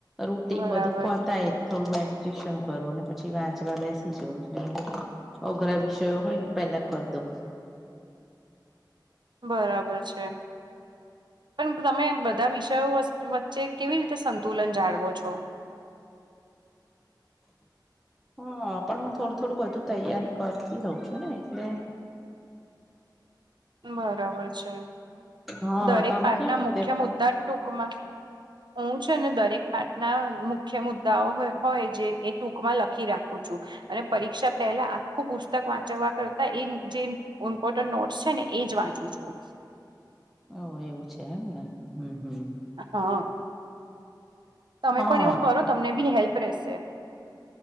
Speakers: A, in the centre; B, on the right.
A: રૂટન
B: બરાબર
A: બધું પતાય થોડું મેડિટેશન કરું અને પછી વાંચવા બેસી જવ એટલે. ઓઘરા વિષયો હોય ને પહેલા કર દો.
B: બરાબર છે. પણ તમે બધા વિષયો વચ્ચે કેવી રીતે સંતુલન જાળવો છો?
A: હા પણ હું થોડું થોડું બધું તૈયારી કરતી રહઉ છું ને એટલે
B: બરાબર છે,
A: હા
B: દરેક
A: તમે
B: પાક
A: કેવી
B: ના
A: રીતે
B: મુખ્ય
A: વાત
B: મુદ્દા જ ટૂંકમાં. હું છે ને દરેક આટના મુખ્ય મુદ્દાઓ હોય જે એ ટૂંકમાં લખી રાખું છું. અને પરીક્ષા પહેલા આખું પુસ્તક વાંચવા કરતા એ જે ઇમ્પોર્ટન્ટ નોટસ છે ને એજ વાંચ. છ <unintelligible>
A: ઓ એવું છે એમ ને હમ હમ.
B: હા. તમે
A: હા
B: પણ એવું કરો તમને બી હેલ્પ રહેશે.